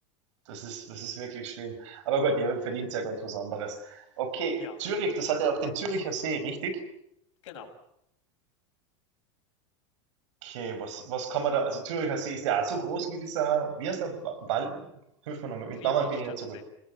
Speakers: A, on the right; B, on the left.
A: Das ist, das ist wirklich schlimm. Aber gut, ihr verdient ja ganz was anderes. Okay,
B: Ja,
A: Zürich, das hat ja auch den Züricher See, richtig?
B: genau.
A: Okay, was, was kann man da, also Züricher See ist ja auch so groß wie dieser, wie heißt der? Wa- Wall, hilf mir nochmal, mit
B: Vierwaldstätter
A: Namen bin ich nicht so gut.
B: See.